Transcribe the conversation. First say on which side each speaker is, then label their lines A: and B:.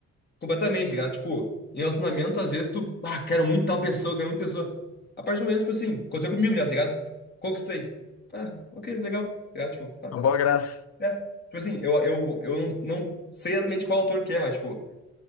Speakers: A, on the left; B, on the left.
A: Completamente, tá ligado? Tipo, em relacionamento, às vezes tu, ah, quero muito tal pessoa, quero muito pessoa. A partir do momento, tipo assim, aconteceu comigo já, tá ligado? Conquistei. Ah, ok, legal. tá Ligado? Tipo, tá.
B: Uma boa graça.
A: É. Tipo assim, eu, eu, eu não não sei exatamente qual autor que é, mas, tipo,